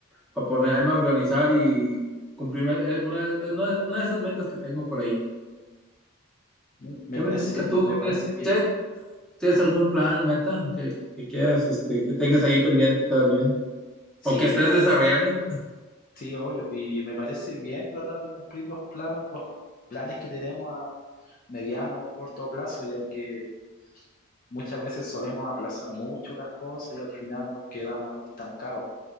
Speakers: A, in the centre; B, on the left.
A: para ponerme a organizar y cumplirme eh, una, eh, una, una de esas metas que tengo por ahí.
B: Mm, Me
A: ¿Qué
B: parece,
A: me platicas tú?
B: me parece
A: ¿Tienes,
B: bien.
A: che- tienes algún plan, meta que, que quieras, este, que tengas ahí pendiente todavía?
B: Sí,
A: ¿O que estés
B: o
A: desarrollando?
B: sí, obvio. Y me parece bien tratar de cumplir los planos, los planes que tenemos a mediano o corto plazo, ya que muchas veces solemos aplazar mucho las cosas y al final nos quedamos ahí estancados.